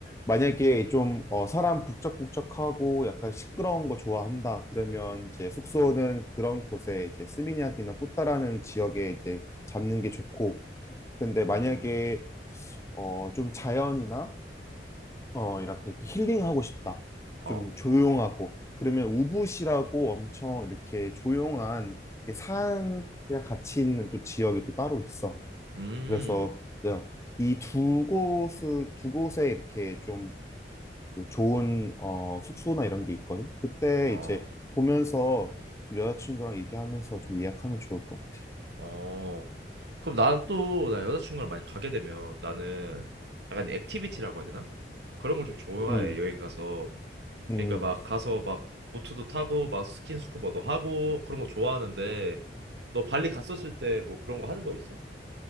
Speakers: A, on the left (about 15°); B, on the right (about 80°).
A: 만약에 좀 어, 사람 북적북적하고 약간 시끄러운 거 좋아한다 그러면 이제 숙소는 그런 곳에 이제 스미냑이나 꾸따라는 지역에 이제 잡는 게 좋고 근데 만약에
B: 음,
A: 어, 좀 자연이나 어, 이렇게 힐링하고 싶다
B: 어,
A: 좀 조용하고 그러면 우붓이라고 엄청 이렇게 조용한 산이랑 같이 있는 또 지역이 또 따로 있어
B: 음,
A: 그래서 네, 이 두 곳을 두 곳에 이렇게 좀 그 좋은 어, 숙소나 이런 게 있거든. 그때
B: 어.
A: 이제 보면서 좀 여자친구랑 얘기하면서 좀 예약하면 좋을 것 같아.
B: 어, 그럼 나는 또, 나 여자친구랑 많이 가게 되면 나는 약간 액티비티라고 해야 되나? 그런 걸 좀 좋아해,
A: 음,
B: 여행 가서.
A: 음.
B: 그러니까 막 가서 막 보트도 타고 막 스킨스쿠버도 하고 그런 거 좋아하는데 너 발리 갔었을 때 뭐 그런 거 하는 거 있어?